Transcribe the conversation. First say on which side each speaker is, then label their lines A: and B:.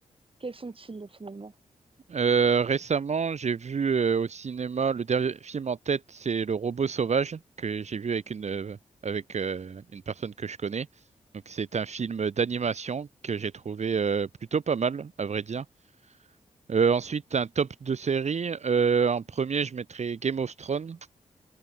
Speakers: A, on the right (about 40°); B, on the right (about 55°).
A: quels sont-ils finalement?
B: Euh, récemment, j'ai vu euh, au cinéma le dernier film en tête, c'est Le Robot Sauvage que j'ai vu avec une euh, avec euh, une personne que je connais. Donc c'est un film d'animation que j'ai trouvé euh, plutôt pas mal, à vrai dire. Euh, ensuite, un top de série. euh, en premier, je mettrais Game of Thrones